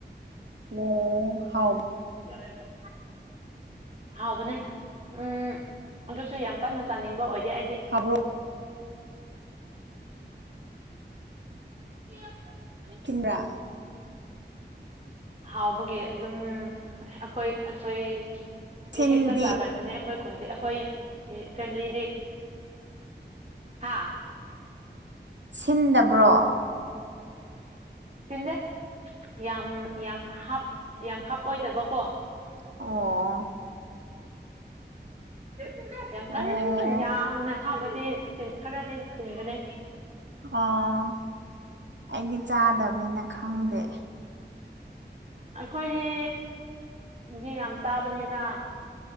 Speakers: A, on the right; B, on the right.
A: ꯑꯣ ꯍꯥꯎ
B: <unintelligible> ꯍꯥꯎꯕꯅꯦ ꯎꯝ ꯑꯗꯨꯁꯨ ꯌꯥꯝ ꯀꯟꯅ ꯆꯥꯅꯤꯡꯕ ꯑꯣꯏꯗꯦ ꯑꯩꯗꯤ
A: ꯍꯥꯎꯕ꯭ꯔꯣ
B: <unintelligible>
A: ꯊꯤꯟꯕ꯭ꯔꯥ
B: ꯍꯥꯎꯕꯒꯤ ꯑꯗꯨꯝ ꯑꯩꯈꯣꯏ ꯑꯩꯈꯣꯏꯗꯤ
A: ꯊꯤꯟꯗꯤ
B: ꯍꯦꯛꯇ ꯆꯥꯒꯟꯕꯅꯦ ꯑꯩꯈꯣꯏ ꯈꯨꯟꯗꯤ ꯑꯩꯈꯣꯏ ꯐꯦꯃꯤꯂꯤꯗꯤ ꯍꯥꯥ
A: ꯁꯤꯟꯗꯕ꯭ꯔꯣ
B: ꯁꯤꯟꯗ‌ꯦ ꯌꯥꯝ ꯌꯥꯝ ꯍꯥꯞ ꯌꯥꯝ ꯍꯥꯞ ꯄ‌ꯣꯏꯗꯕꯀꯣ
A: ꯑꯣ
B: ꯑ ꯌꯥꯝ
A: ꯑꯣ
B: ꯀꯟꯅ ꯌꯥꯝꯅ ꯍꯥꯞꯕꯗꯤ ꯈꯔꯗꯤ ꯁꯤꯟꯕꯅꯦ
A: ꯑꯣ ꯑꯩꯗꯤ ꯆꯥꯗꯕꯅꯤꯅ ꯈꯪꯗꯦ
B: ꯑꯩꯈꯣꯏꯒꯤ ꯗꯤ ꯌꯥꯝ ꯆꯥꯕꯅꯤꯗ